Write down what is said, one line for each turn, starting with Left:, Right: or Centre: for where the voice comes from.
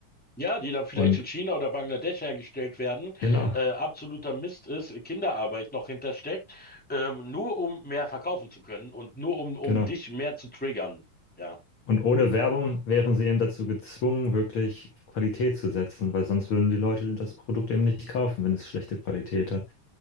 Centre: Ja, die dann vielleicht
Left: Und
Centre: in China oder Bangladesch hergestellt werden,
Left: genau,
Centre: äh, absoluter Mist ist, Kinderarbeit noch hintersteckt, ähm, nur um mehr verkaufen zu können und nur um, um
Left: genau.
Centre: dich mehr zu triggern. Ja,
Left: Und ohne Werbung wären sie eben dazu gezwungen, wirklich auf Qualität zu setzen, weil sonst würden die Leute das Produkt eben nicht kaufen, wenn es schlechte Qualität hat.